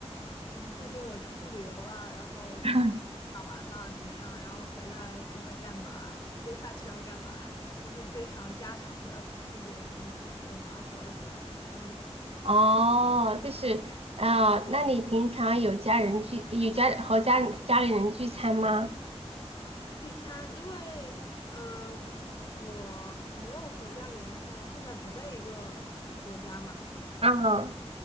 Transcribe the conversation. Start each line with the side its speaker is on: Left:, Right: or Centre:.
Left: 嗯，最近我出去旅游了，然后
Right: <clears throat>
Left: 打完了怎么样，然后回来正在干嘛，接下去要干嘛，就是非常家常的这些东西，跟我妈说了说，嗯
Right: 哦，就是，啊，那你平常有家人聚，有家和家家里人聚餐吗？
Left: 聚餐，因为呃，我没有和家里人现在现在不在一个国家嘛，
Right: 嗯，